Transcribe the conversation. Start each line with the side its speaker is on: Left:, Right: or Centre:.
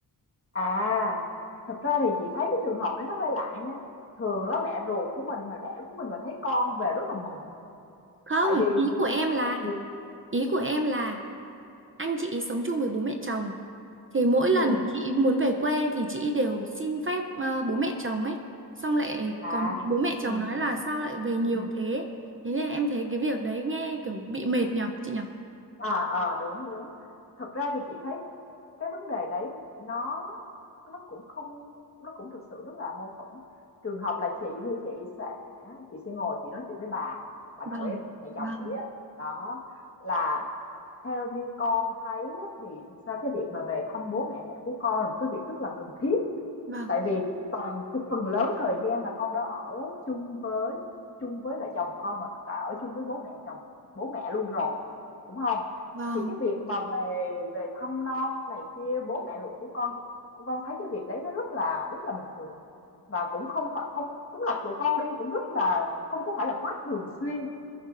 Left: À, thật ra thì chị thấy cái trường hợp đấy nó hơi lạ nha. Thường là mẹ ruột của mình mà đẻ của mình mà thấy con về rất là mừng.
Right: không
Left: Tại vì
Right: ý của em
Left: người ta
Right: là
Left: người
Right: ý của em là anh chị sống chung với bố mẹ chồng thì mỗi lần
Left: ừ
Right: chị muốn về quê thì chị đều xin phép ờ, bố mẹ chồng ấy xong lại còn
Left: à
Right: bị bố mẹ chồng
Left: ừ
Right: nói
Left: ừ
Right: là sao lại về nhiều
Left: Ừ.
Right: thế thế nên em thấy cái việc đấy nghe kiểu bị mệt nhở chị nhở
Left: À, ờ, đúng, đúng. Thật ra thì chị thấy cái vấn đề đấy nó nó cũng không nó cũng thực sự rất là mâu thuẫn. Trường hợp là chị thì chị sẽ chị sẽ ngồi chị nói chuyện với bà, bà
Right: vâng
Left: nội ấy, mẹ chồng
Right: vâng
Left: chị á. Đó là theo như con thấy á, thì thực ra cái việc mà về thăm bố mẹ đẻ của con là một cái việc rất là cần thiết
Right: vâng
Left: tại vì toàn phần lớn thời gian là con đã ở chung với chung với lại chồng con và cả ở chung với bố mẹ chồng bố mẹ luôn rồi đúng không
Right: vâng
Left: thì cái việc mà về về thăm nom này kia bố mẹ ruột của con của con thấy cái việc đấy nó rất là rất là bình thường và cũng không phải không cũng là tụi con đi cũng rất là không có phải là quá thường xuyên